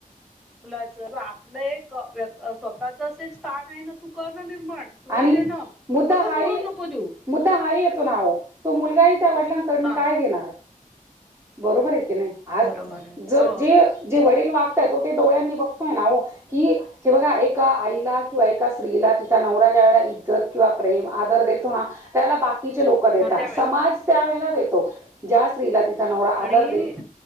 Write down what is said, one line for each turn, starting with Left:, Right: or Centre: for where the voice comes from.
Centre: मुलाच आपलं एक व्य स्वतःच अस एक स्थान आहे ना तू कर ना निर्माण सोडून
Right: आणि
Centre: देणं
Right: मुद्दा
Centre: नका
Right: हाही
Centre: सोडून नको देऊ
Right: मुद्दा हाय येतो नाह तो मुलगाही त्या वडिलांकडन
Centre: हा
Right: काय घेणार? बरोबर आय की नाही आज
Centre: बरोबर आहे
Right: ज
Centre: हो
Right: जे जे वडील वागताय त ते डोळ्यांनी बघतोय ना वो. कि हे बघा एका आईला किंवा एका स्त्रीला त्या नवरा ज्या वेळेला इज्जत किंवा प्रेम आदर देतो ना त्यावेळे बाकीचे लोक देतात
Centre: हो त्यावेळेस
Right: समाज त्या वेळेला देतो ज्या स्त्रीला तिचा नवरा
Centre: आणि
Right: आदर देईल